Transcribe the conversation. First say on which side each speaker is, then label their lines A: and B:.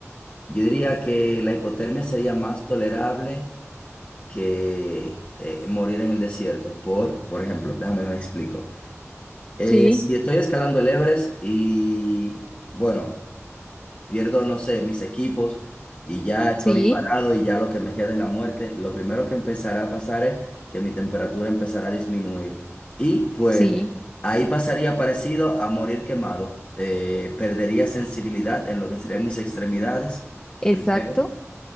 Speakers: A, on the left (about 35°); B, on the left (about 20°).
A: Yo diría que la hipotermia sería más tolerable que eh, morir en el desierto por, por ejemplo, déjame me explico. Eh,
B: Sí,
A: si estoy escalando el Everest y, bueno, pierdo, no sé, mis equipos y ya estoy
B: sí,
A: parado y ya lo que me queda es la muerte, lo primero que empezará a pasar es que mi temperatura empezará a disminuir. Y pues
B: sí,
A: ahí pasaría parecido a morir quemado. Eh, perdería sensibilidad en lo que serían mis extremidades.
B: exacto,
A: primero